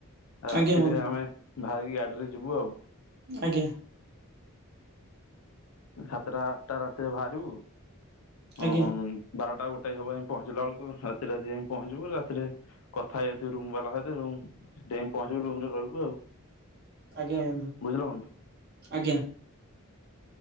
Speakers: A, on the left; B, on the right.
A: ଆଉ ରାତିରେ
B: ଆଜ୍ଞା ବନ୍ଧୁ
A: ଆମେ ବାହାରିକି ଗାଡ଼ିରେ ଯିବୁ ଆଉ।
B: ଆଜ୍ଞା।
A: ସାତଟା ଆଠଟା ରାତିରେ ବାହାରିବୁ
B: ଆଜ୍ଞା।
A: ଅଁ ବାରଟା ଗୋଟାଏ ହବ ଆମେ ପହଞ୍ଚିଲା ବେଳକୁ ରାତି ରାତି ଯାଇକି ପହଞ୍ଚିବୁ ରାତିରେ କଥା ହେଇଯାଇଥିବୁ ରୁମ୍ ବାଲା ସହିତ ରୁମ୍ ସେଠି ଯାଇକି ପହଞ୍ଚିବୁ ରୁମରେ ରହିବୁ ଆଉ।
B: ଆଜ୍ଞା ବନ୍ଧୁ
A: ବୁଝିଲ ବନ୍ଧୁ
B: ଆଜ୍ଞା।